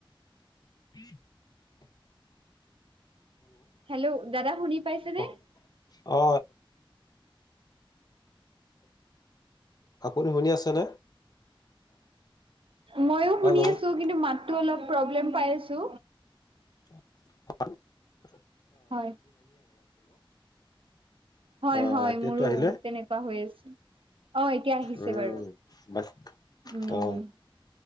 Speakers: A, on the left; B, on the right.
A: উম <unintelligible> <inaudible>
B: হেল্ল' দাদা শুনি পাইছেনে
A: অ
B: <inaudible>
A: অ আপুনি শুনি আছেনে
B: মইো শুনি
A: হেল্ল' অ
B: আছো কিন্তু মাততো অলপ প্ৰব্লেম পাই আছো
A: অ <unintelligible> হয় <unintelligible>
B: হয় হয়
A: অ
B: হয়
A: এতিয়াতো
B: মোৰো
A: আহিলে
B: তেনেকুৱা হৈ আছে অ এতিয়া আহিছে
A: উম
B: বাৰু
A: বাক
B: উম
A: অ